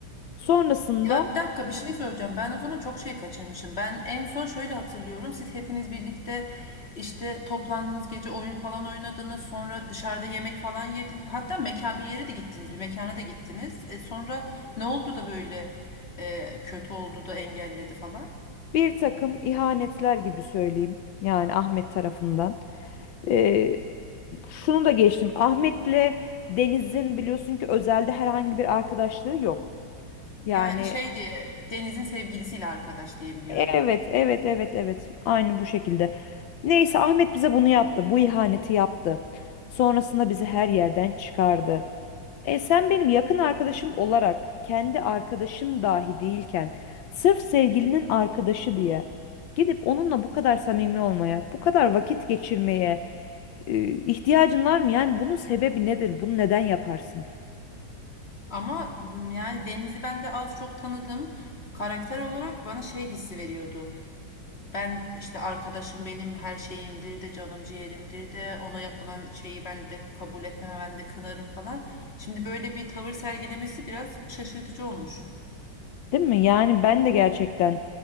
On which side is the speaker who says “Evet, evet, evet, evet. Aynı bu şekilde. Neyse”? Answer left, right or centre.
Left